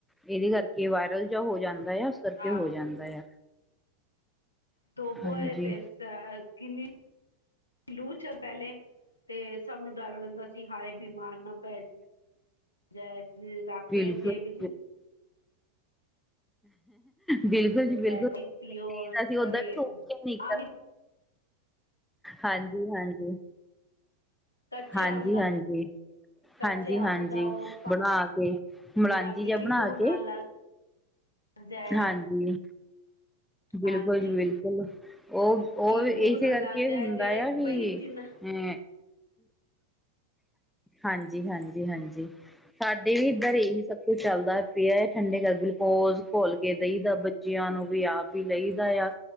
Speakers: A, in the centre; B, on the left.
A: ਏਦੇ ਕਰ ਕਿ ਵਾਇਰਲ ਜਿਆ ਹੋ ਜਾਂਦਾ ਆ, ਏਸ ਕਰਕੇ
B: ਹਾਂ
A: ਹੋ ਜਾਂਦਾ ਆ।
B: ਧੋਬੋ
A: ਹਾਂਜੀ
B: ਏ ਤੇ ਸ ਅ ਕਿੰਨੀ ਲੂਚ ਆ ਪਹਿਲੇ। ਤੇ ਸਭ ਨੂੰ ਡਰ ਰੈਂਦਾ ਸੀ ਹਾਏ, ਬਿਮਾਰ ਨਾ ਪੈ ਜੈ ਰਾਕੇ
A: ਬਿਲਕੁਲ
B: ਜੇ ਵੀਜੀ
A: ਬਿਲਕੁਲ ਜੀ ਬਿਲਕੁਲ।
B: ਲੈ ਜਾ ਪੀਓ
A: <inaudible> ਅਸੀਂ ਓਦਾਂ
B: ਅਰੇ
A: <unintelligible>
B: ਆਮ
A: ਹਾਂਜੀ ਹਾਂਜੀ।
B: ਕੱਚੇ
A: ਹਾਂਜੀ
B: ਆਮ ਦਾ
A: ਹਾਂਜੀ।
B: ਕੱਚੇ
A: ਹਾਂਜੀ
B: ਆਮ
A: ਹਾਂਜੀ
B: ਦਾ ਉਹ
A: ਬਣਾ ਕੇ, ਮਲਾਂਜੀ
B: ਪਾਣਾ ਪੀ
A: ਜਿਆ ਬਣਾ
B: ਲੂ ਨਾ
A: ਕੇ
B: ਲੱਗ ਜਾਏ
A: ਹਾਂਜੀ, ਬਿਲਕੁਲ
B: ਹਾਂਜੀ
A: ਜੀ ਬਿਲਕੁਲ। ਓ ਓ
B: ਕਿ
A: ਵ ਇਸੇ
B: ਲੂ ਨਾ
A: ਕਰਕੇ
B: ਲੱਗ ਜਾਏ
A: ਹੁੰਦਾ
B: ਜਿਹੜੇ
A: ਆ ਵੀ
B: ਬਈ ਜਿੰਨਾ
A: ਏਂ ਹਾਂਜੀ, ਹਾਂਜੀ, ਹਾਂਜੀ। ਸਾਡੇ ਵੀ ਇੱਧਰ ਇਹੀ ਸਭ ਕੁਛ ਚੱਲਦਾ ਪਿਆ ਏ ਠੰਡੇ ਦਾ ਗਲੂਕੋਜ ਘੋਲ ਕੇ ਦਈ ਦਾ ਬੱਚਿਆਂ ਨੂੰ ਵੀ ਆਪ ਵੀ ਲਈ ਦਾ ਆ।